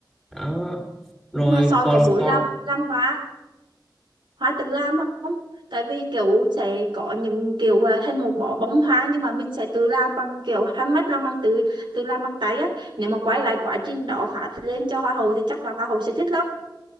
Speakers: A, in the centre; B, on the right (about 75°).
A: đó rồi
B: nhưng mà son
A: còn
B: có muốn
A: còn
B: làm làm hoa hoa tự làm không tại vì kiểu sẽ có những kiểu uh, thành một bó bông hoa nhưng mà mình sẽ tự làm bằng kiểu handmade làm bằng tự tự làm bằng tay á nếu mà quay lại quá trình đó phát lên cho hoa hậu thì chắc là hoa hậu sẽ thích lắm